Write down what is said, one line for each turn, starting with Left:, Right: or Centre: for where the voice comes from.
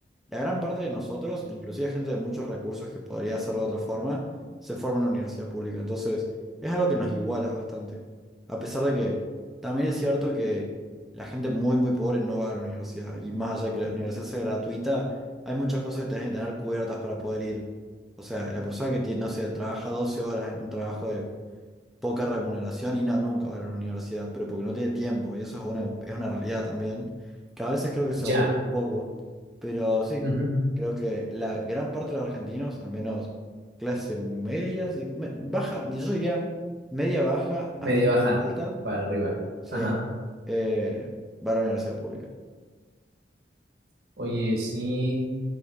Centre: la gran parte de nosotros, inclusive gente de muchos recursos que podría hacerlo de otra forma, se forma en la universidad pública. Entonces, es algo que nos iguala bastante. A pesar de que también es cierto que la gente muy, muy pobre no va a la universidad. Y más allá de que la universidad sea gratuita, hay muchas cosas que tenés que tener cubiertas para poder ir. O sea, la persona que tiene, no sé, trabaja 12 horas en un trabajo de poca remuneración y no, nunca va a ir a la universidad, pero porque no tiene tiempo, y eso es una, es una realidad también, que a veces creo que se
Right: ya.
Centre: oculta un poco, pero sí,
Right: Ujú.
Centre: creo que la gran parte de los argentinos, al menos clase media, sí, me- baja, yo diría media baja
Right: Medio
Centre: hasta
Right: baja,
Centre: alta,
Right: para arriba.
Centre: sí,
Right: Ajá.
Centre: eh, va a la universidad pública.
Right: Oye, sí.